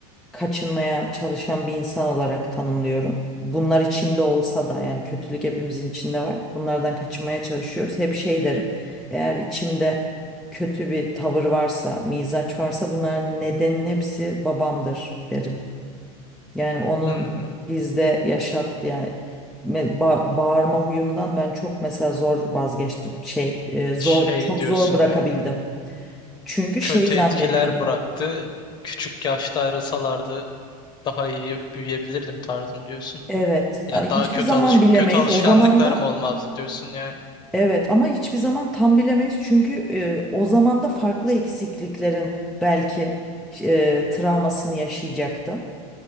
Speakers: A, in the centre; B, on the left (about 25°).
A: kaçınmaya çalışan bir insan olarak tanımlıyorum. Bunlar içimde olsa da yani kötülük hepimizin içinde var. Bunlardan kaçınmaya çalışıyoruz. Hep şey derim. Eğer içimde kötü bir tavır varsa, mizaç varsa bunların nedenin hepsi babamdır derim. Yani onun
B: Hmm,
A: bizde yaşat yani me- ba- bağırma huyumdan ben çok mesela zor vazgeçtim. Şey e, zor
B: Şey
A: çok
B: diyorsun
A: zor bırakabildim.
B: yani.
A: Çünkü
B: Kötü
A: şey zannediyordum.
B: etkiler bıraktı. Küçük yaşta ayrılsalardı daha iyi büyüyebilirdim tarzım diyorsun.
A: Evet,
B: Yani
A: ay
B: daha
A: hiçbir
B: kötü
A: zaman
B: alış
A: bilemeyiz.
B: kötü alışkanlıklarım
A: O zaman da
B: olmazdı diyorsun yani.
A: Evet ama hiçbir zaman tam bilemeyiz çünkü e, o zaman da farklı eksikliklerin belki e, travmasını yaşayacaktım